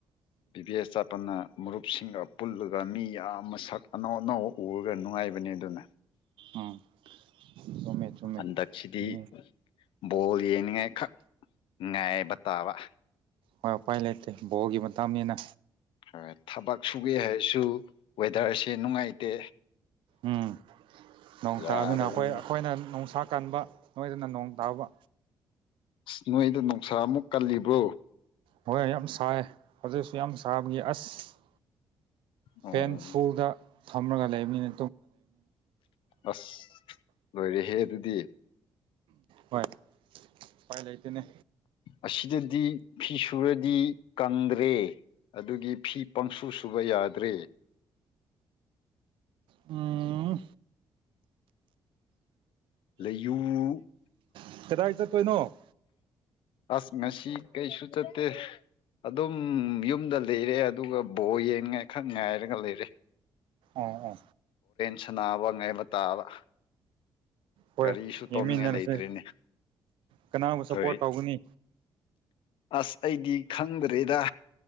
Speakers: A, on the left; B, on the right.
A: ꯕꯤ ꯗꯤ ꯑꯦꯁ ꯆꯠꯄꯅ ꯃꯔꯨꯞꯁꯤꯡꯒ ꯄꯨꯜꯂꯒ ꯃꯤ ꯌꯥꯝ ꯃꯁꯛ ꯑꯅꯧ ꯑꯅꯧ ꯎꯔꯒ ꯅꯨꯡꯉꯥꯏꯕꯅꯦ ꯑꯗꯨꯅ
B: ꯎꯝ ꯆꯨꯝꯃꯦ ꯆꯨꯝꯃꯦ
A: ꯍꯟꯗꯁꯤꯗꯤ
B: ꯎꯝ
A: ꯕꯣꯜ ꯌꯦꯡꯅꯤꯡꯉꯥꯏꯈꯛ ꯉꯥꯏꯕ ꯇꯥꯕ
B: ꯍꯣꯏ ꯎꯄꯥꯏ ꯂꯩꯇ ꯕꯣꯒꯤ ꯃꯇꯅꯦꯅ
A: ꯍꯣꯏ ꯊꯕꯛ ꯁꯨꯒꯦ ꯍꯥꯏꯔꯁꯨ ꯋꯦꯗꯔꯁꯦ ꯅꯨꯡꯉꯥꯏꯇꯦ
B: ꯎꯝ ꯅꯣꯡ
A: ꯌꯥꯗꯕꯅꯤꯅꯦ
B: ꯇꯥꯅꯤꯅ ꯑꯩꯈꯣꯏ ꯑꯩꯈꯣꯏꯅ ꯣꯡꯁꯥꯛ ꯀꯟꯕ ꯅꯣꯏꯗꯅ ꯅꯣꯡ ꯇꯥꯕ
A: ꯑꯁ ꯅꯣꯏꯗꯣ ꯅꯨꯡꯁꯥ ꯑꯃꯨꯛ ꯀꯜꯂꯤꯕ꯭ꯔꯣ
B: ꯍꯣꯏ ꯌꯥꯝ ꯁꯥꯏ ꯍꯧꯖꯤꯛꯁꯨ ꯌꯥꯝ ꯁꯥꯕꯒꯤ ꯑꯁ
A: ꯑꯣ
B: ꯐꯦꯟ ꯐꯨꯜꯗ ꯊꯝ꯭ꯔꯒ ꯂꯩ ꯃꯤꯅ
A: ꯑꯁ ꯂꯣꯏꯔꯦꯍꯦ ꯑꯗꯨꯗꯤ
B: ꯍꯣꯏ ꯄꯥꯏ ꯂꯩꯇꯅꯦ
A: ꯑꯁꯤꯗꯗꯤ ꯐꯤꯁ ꯁꯨꯔꯗꯤ ꯀꯟꯗ ꯑꯗꯨꯒꯤ ꯐꯤ ꯄꯪꯁꯨ ꯁꯨꯕ ꯌꯥꯗ꯭ꯔꯦ
B: ꯎꯝ
A: ꯂꯩꯌꯨ
B: ꯍꯦ ꯇꯔ ꯄꯁꯠ ꯀ ꯇꯣꯏꯅ
A: ꯑꯁ ꯉꯁꯤ ꯀꯩꯁꯨ ꯆꯠꯇꯦ ꯑꯗꯨꯝ ꯎꯝ ꯌꯨꯝꯗ ꯂꯩꯔꯦ ꯑꯗꯨꯒ ꯕꯣ ꯌꯦꯡꯉꯥꯏꯈꯛ ꯉꯥꯏꯔꯒ ꯂꯩꯔꯦ
B: ꯑ ꯎ
A: ꯁꯅꯥꯕ ꯉꯥꯏꯕ ꯇꯥꯕ
B: ꯍꯣꯏ
A: ꯀꯔꯤꯁꯨ ꯇꯧꯅꯤꯡꯉꯥꯏ
B: ꯌꯦꯡꯃꯤꯟꯅꯔꯁꯦ
A: ꯂꯩꯇ꯭ꯔꯦꯅꯦ
B: ꯀꯅꯥꯕꯨ ꯁꯞꯄꯣꯔꯠ
A: ꯍꯣꯏ
B: ꯇꯧꯒꯅꯤ
A: ꯑꯁ ꯑꯩꯗꯤ ꯈꯪꯗ꯭ꯔꯦꯗ